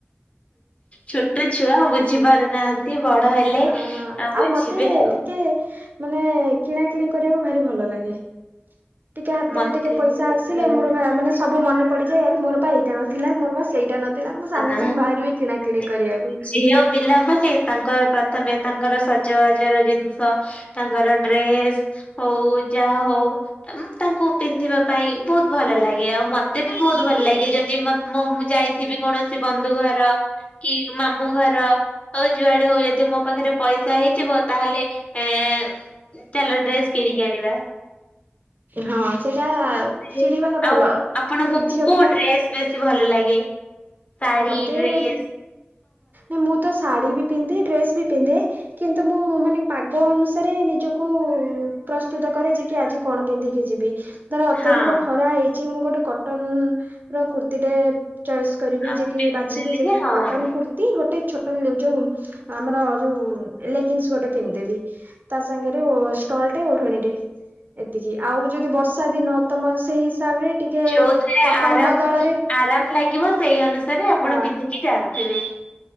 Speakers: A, on the left (about 35°); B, on the right (about 50°).
A: ଛୋଟ ଛୁଆ ବୁଝି ପାରୁନାହା ବଡ ହେଲେ
B: ହଁ
A: ଆ
B: ଆଉ
A: ବୁଝିବେ
B: ମତେ
A: ଆଉ।
B: ଟିକେ ମାନେ କିଣା କିିଣି କରିବାକୁ ଭାରି ଭଲ ଲାଗେ। ଟିକେ ହାତରେ
A: ମତେ
B: ଟିକେ ପଇସା ଆସିଲେ
A: ଭଲ
B: ମୋର ଭା ମାନେ ସବୁ ମନେ ପଡିଯାଏ ଆରେ ମୋର ପା ଏଇଟା ନଥିଲା ମୋର ବା ସେଇଟା ନଥିଲା। ମୁଁ ସାଙ୍ଗେ
A: <unintelligible>
B: ସାଙ୍ଗେ ବାହାରିବି କିଣା କିିଣି କରିବାକୁ।
A: ଝିଅ ପିଲାମାନେ ତାଙ୍କର ପ୍ର ତମେ ତାଙ୍କର ସଜବାଜର ଜିନିଷ ତାଙ୍କର ଡ୍ରେସ ହଉ ଯାହା ହଉ ତାଙ୍କୁ ପିନ୍ଧିବା ପାଇଁ ବହୁତ ଭଲ ଲାଗେ ଆଉ ମୋତେ ବି ବହୁତ ଭଲ ଲାଗେ ଯଦି ମୋ ମୁଁ ଯାଇଥିବି କୌଣସି ବନ୍ଧୁ ଘର କି ମାମୁଁ ଘର ଆଉ ଯୁଆଡେ ହଉ ଯଦି ମୋ ପାଖରେ ପଇସା ହେଇଥିବ ତାହେଲେ ଏଁ ଚାଲ ଡ୍ରେସ୍ କିଣିକି ଆଣିବା।
B: ହଁ ସେଇଟା
A: ମୋତେ
B: କିଣିବା ଭଲ
A: ଆଉ ଆପଣଙ୍କ
B: ଝିଅ
A: କୋଉ
B: ପିଲା
A: ଡ୍ରେସ ବେଶି ଭଲ ଲାଗେ ଶାଢୀ
B: ମତେ
A: ଡ୍ରେସ୍
B: ନା ମୁଁ ତ ଶାଢୀ ବି ପିନ୍ଧେ ଡ୍ରେସ ବି ପିନ୍ଧେ କିନ୍ତୁ ମୁଁ
A: <unintelligible>
B: ମାନେ ପାଗ ଅନୁସାରେ ନିଜକୁ ପ୍ରସ୍ତୁତ କରେ ଯେ କି ଆଜି କଣ ପିନ୍ଧିକି ଯିବି ଧର ଅତ୍ୟଧିକ
A: ହଁ
B: ଖରା ହେଇଛି ମୁଁ ଗୋଟେ କଟନର କୁର୍ତ୍ତିୀଟେ ଚଏସ୍ କରିବି
A: ପିନ୍ଧିଦେଲେ
B: ଯେ ବାଛିବି ଯେକି
A: ହଁ
B: କଟନ୍ କୁର୍ତ୍ତି ଗୋଟେ ଛୋଟ ଯୋଉ ଆମର ଯୋଉ ଲେଗିନ୍ସ ଗୋଟେ ପିନ୍ଧିଦେବି। ତା ସାଙ୍ଗରେ ଅଟସ ଷ୍ଟଲ ଟେ ଓଢଣୀଟେ ଏତିକି ଆଉ ଯଦି ବର୍ଷା ଦିନ ତମର ସେଇ ହିସାବରେ ଟିକେ
A: ଯୋଉଥିରେ
B: କଟନ
A: ଆରାମ
B: ବଦଳରେ
A: ଆରାମ ଲାଗିବ ସେଇ ଅନୁସା ସାରେ ଆପଣ
B: ହଁ
A: ପିନ୍ଧିକି ଯାଉଥିବେ